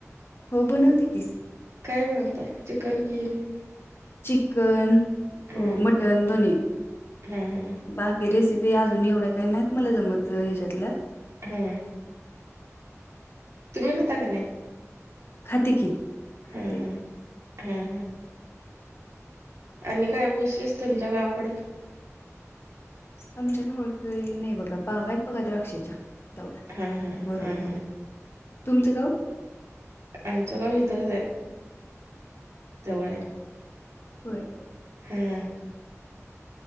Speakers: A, on the left; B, on the right.
A: हो बनवते कीस.
B: काय बनवता चिकन किम.
A: चिकन
B: हा
A: मटण दोन्
B: हा हा
A: बाकी. ही रेसिपी अजून एवढ्या काय नाहीत मला जमत ह्याच्यातल्या.
B: हा. तुमही खाता काने.
A: खात की. खाते
B: हम् हम् हम् हम. आणि काय उशस तुमच्या गावाकडं.
A: आमच्याच ळख नाही बघा बागाात बघा द्राक्षेच्या. तेवढ,
B: हा
A: बरोबर,
B: हा हा हा
A: तुमचं गाव?
B: आमच गाव इथं हाय. जवळ आहे.
A: होय.
B: हा.